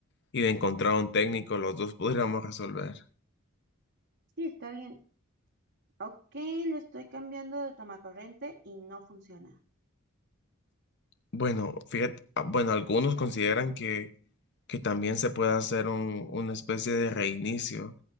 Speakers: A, on the left; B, on the right.
A: y de encontrar un técnico, los dos podríamos resolver.
B: Sí, está bien. Ok, le estoy cambiando de tomacorriente y no funciona.
A: Bueno, fíjate, ah, bueno, algunos consideran que, que también se puede hacer un- una especie de reinicio